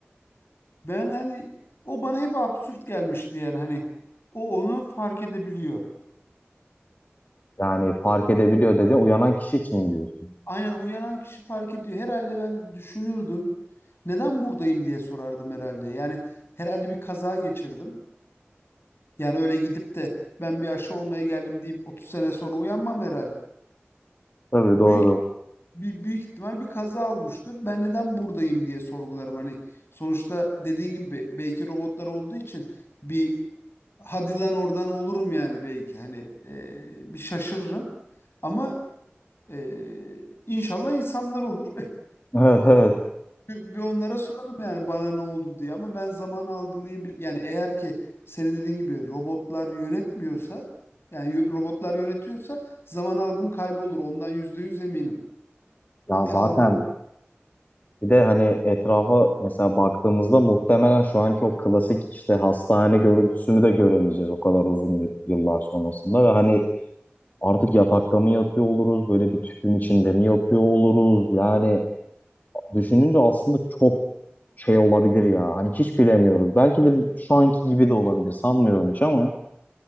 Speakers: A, on the left (about 65°); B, on the left (about 45°).
A: Ben hani o bana hep absürt gelmişti yani hani o onu fark edebiliyor.
B: Yani fark edebiliyor dedi uyanan kişi için diyorsun.
A: Aynen uyanan kişi fark ediyor. Herhalde ben düşünürdüm. Neden buradayım diye sorardım herhalde. Yani herhalde bir kaza geçirdim. Yani öyle gidip de ben bir aşı olmaya geldim deyip 30 sene sonra uyanmam herhalde.
B: Tabii
A: Büyük
B: doğru.
A: bir, büyük ihtimal bir kaza olmuştur. Ben neden buradayım diye sorgularım. Hani sonuçta dediğin gibi belki robotlar olduğu için bir hadi lan oradan olurum yani belki hani e, bir şaşırırım ama e, inşallah insanlar olur
B: Evet evet.
A: <laughs> bir onlara sorarım yani bana ne oldu diye ama ben zaman algılayabil yani eğer ki senin dediğin gibi robotlar yönetmiyorsa yani yo- robotlar yönetiyorsa zaman algım kaybolur ondan yüzde yüz eminim
B: Ya
A: bir
B: zaten
A: algı
B: bir de hani etrafa mesela baktığımızda muhtemelen şu anki o klasik işte hastane görüntüsünü de göremeyeceğiz o kadar uzun y- yıllar sonrasında ve hani artık yatakta mı yatıyor oluruz böyle bir tüpün içinde mi yatıyor oluruz yani düşününce aslında çok şey olabilir ya hani hiç bilemiyoruz belki de şu anki gibi de olabilir sanmıyorum hiç ama